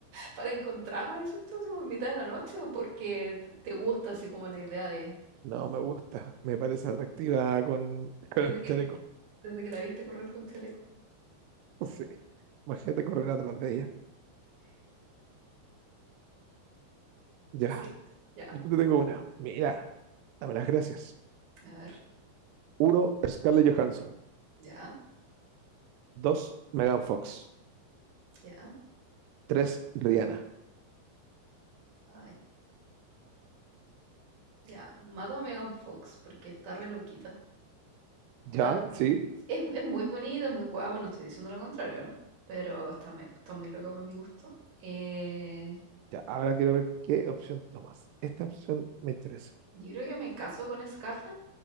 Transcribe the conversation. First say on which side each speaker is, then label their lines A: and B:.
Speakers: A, on the right; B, on the right.
A: para encontrarla, dices tú, así como en mitad de la noche, o porque te te gusta así como la idea de...
B: No, me gusta, me parece atractiva con, <laughs> con
A: Desde
B: el
A: que,
B: chaleco,
A: desde que la viste correr con chaleco.
B: <laughs> sí. Imagínate correr atrás de ella. Ya,
A: Sí. Ya.
B: yo te tengo una. Mira, dame las gracias.
A: A ver.
B: Uno, Scarlett Johansson.
A: Ya,
B: Dos, Megan Fox.
A: ya.
B: Tres, Rihanna.
A: Ay, ya. Mato a Megan Fox porque está re loquita.
B: Ya,
A: Ah,
B: sí.
A: es, es muy bonita, es muy guapa, no estoy diciendo lo contrario, ¿no? pero está, me- está muy loca para mi gusto. Eh,
B: Ya, ahora quiero ver qué opción tomas. Esta opción me interesa.
A: yo creo que me caso con Scarlett